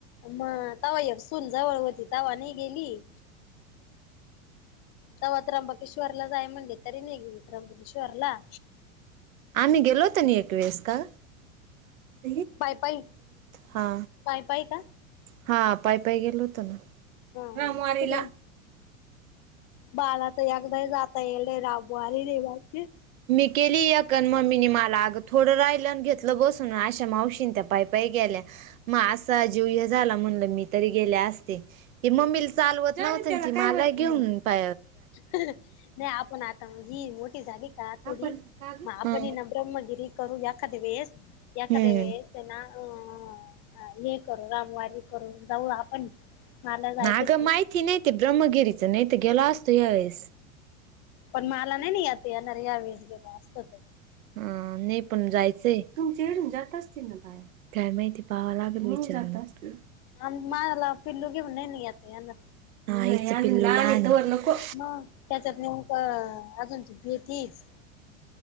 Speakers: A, on the left; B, on the right.
A: मग तवा एक सून जवळ होती. तवा नाही गेली. तेव्हा त्र्यंबकेश्वरला जाय म्हणले तरी नाही गेली त्र्यंबकेश्वरला.
B: आम्ही गेलोत नि एक वेळेस का? <unintelligible>
A: पाय पायी
B: हा
A: पाय पायी का
B: हा पाय पाय गेलो होत ना
A: हा हा
B: रामवारीला.
A: कुठून बाला तर एकदा जाता येलय राबोरी रवाची
B: मी केेलीया क मम्मीनी मला अग थोडं राहिलं आणि घेतलं बसून आशा मावशीं त्या पायपाय गेल्या. मग
A: हम्म
B: असा जीव हे झाला म्हणल मी तरी गेले असते ते
A: हम्म
B: मम्मीला. चालवत नव्हत त मला घेऊन पा
A: नाही आपण आत ही मोठी झाली का
B: आपण
A: थोडी
B: का गं?
A: मग आपण
B: हा
A: ना ब्रह्मगिरी करू एखाद वेळेस.
B: हम्म
A: एखाद्या वेळे त्यां ना अ हे करू रामवारी करून जाऊ आपण. मला जायचंच
B: ना अगं
A: मग
B: माहिती नाही ते ब्रह्मगिरीच नाही तर गेला असतो यावेेळेस.
A: पण मला नाही नाही आता येणार या वेळेस गेलो असतोयत.
B: हा नाही पण जायचंय तुमचे येडून जात असते ना बाय काय माहिती पाहावा लागल मीच जात असते.
A: आम मला पिल्लू घेऊन नाही न येणार.
B: हीच पिल्लू लहान आहे तोवर नको.
A: मग त्याच्यात नेमक अजून ती भेतीच.